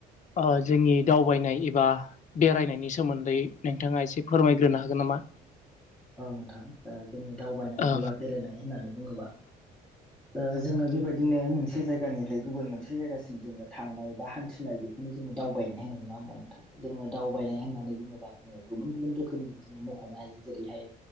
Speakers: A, on the left (about 45°); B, in the centre.
A: ओ जोंनि दावबायनाय एबा बेरायनायनि सोमोन्दै नोंथाङा एसे फोरमायग्रोनो हागोन नामा?
B: औ नोंथां। ओ जोंनि दावबायनाय
A: ओ
B: एबा बेरायनाय होननानै बुङोबा ओ जोङो बेबायदिनो मोनसे जायगानिफ्राय गुबुन मोनसे जायगासिम जोङो थांनाय बा हान्थिनाय बेखौनो जोङो दावबायनाय होनो नङा होमबा नोंथां? जोङो दावबायनाय होननानै बुङोबा ओ गुबुन गुबुन रोखोमनि जोङो मख'नो हायो जेरैहाय